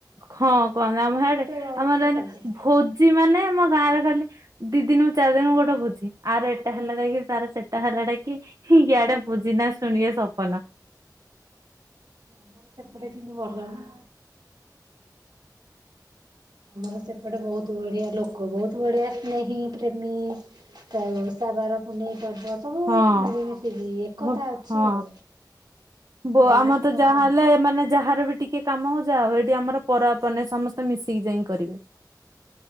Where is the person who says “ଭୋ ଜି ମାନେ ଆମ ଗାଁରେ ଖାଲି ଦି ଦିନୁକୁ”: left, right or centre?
Right